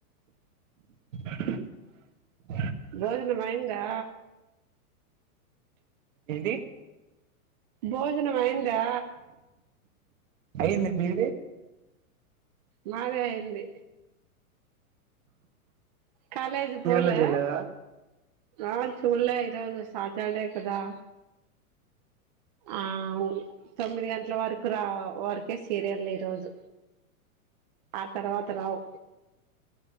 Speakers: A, on the right; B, on the right.
A: <unintelligible>
B: భోజనం అయ్యిందా
A: ఇది
B: భోజనం అయ్యిందా
A: అయ్యింది మీది
B: మాదీ అయ్యింది కాలేజీ
A: చీరలో
B: పోలే
A: చూడలేదా
B: ఆ చూడలే ఈరోజు సాటర్డే కదా ఆవు తొమ్మిది గంటల వరకు రా వరకే సీరియల్ ఈ రోజు ఆ తరవాత రావు